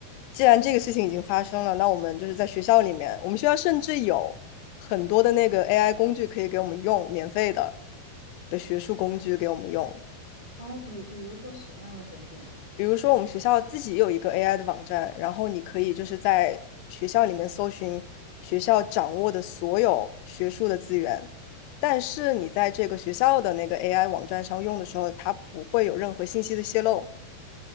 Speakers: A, on the left; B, on the right.
A: 既然这个事情已经发生了，那我们就是在学校里面，我们学校甚至有很多的那个 AI 工具可以给我们用，免费的的学术工具给我们用。
B: 哦，比比如说什么样的工具呢？
A: 比如说我们学校自己有一个 AI 的网站，然后你可以就是在学校里面搜寻学校掌握的所有学术的资源，但是你在这个学校的那个 AI 网站上用的时候，它不会有任何信息的泄露。